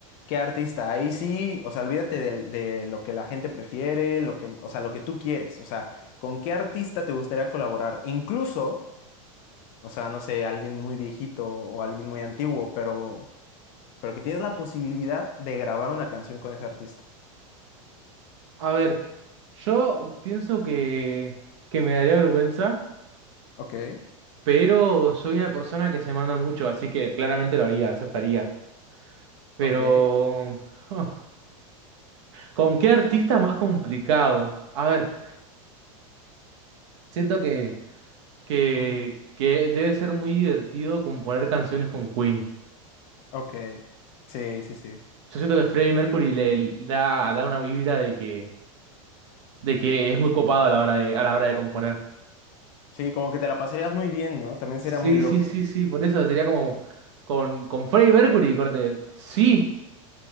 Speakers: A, on the left (about 30°); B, on the right (about 55°).
A: ¿Qué artista? Ahí sí, o sea, olvídate del- de, lo que la gente prefiere, lo que, o sea, lo que tú quieres. O sea, ¿con qué artista te gustaría colaborar? Incluso, o sea, no sé, alguien muy viejito o alguien muy antiguo, pero, pero que tienes la posibilidad de grabar una canción con ese artista.
B: A ver, yo pienso que, que me daría vergüenza.
A: Ok,
B: Pero soy una persona que se manda mucho, así que claramente lo haría, aceptaría. Pero...
A: ok,
B: oh, ¿Con qué artista más complicado? A ver, siento que, que,
A: ujú,
B: que debe ser muy divertido componer canciones con Queen.
A: ok. Sí, sí, sí.
B: Yo siento que Freddie Mercury le da, da una vibra de que, de que es muy copado a la hora de, a la hora de componer.
A: Sí, como que te la pasarías muy bien, ¿no? También
B: Sí,
A: sería muy loco.
B: sí, sí, sí, por eso sería como con, con Freddie Mercury, corte. Sí,